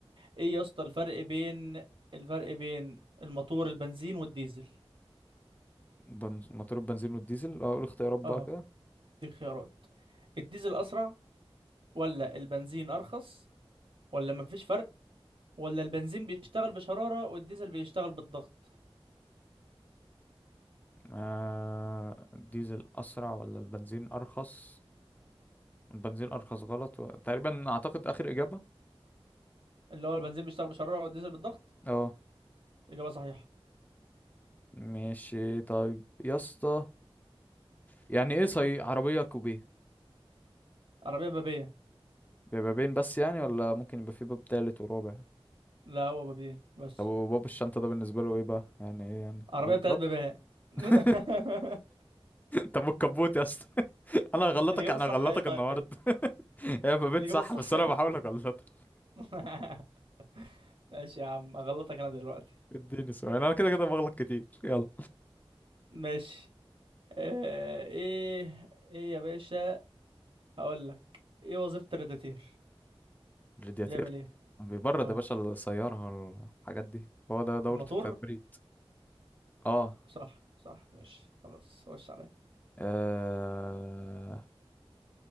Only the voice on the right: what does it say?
ايه يا اسطى الفرق بين الفرق بين الموتور البنزين والديزل
اه
دي خيارات الديزل اسرع ولا البنزين ارخص ولا مفيش فرق ولا البنزين بيشتغل بشرارة والديزل بيشتغل بالضغط
اللي هو البنزين بيشتغل بشرارة والديزل بالضغط
إجابة صحيحة
عربية بابية
لا هو بابين بس
عربية
بثلاث
بابيات <laughs>
الإجابة
الصح
ايه طيب
الإجابة
الصح
ايه
<laughs> ماشي يا عم أغلطك أنا دلوقتي
ماشي آه، ايه ايه يا باشا هقول لك ايه وظيفة الريداتير
بيعمل ايه
اه
الموتور
صح صح ماشي خلاص خش عليا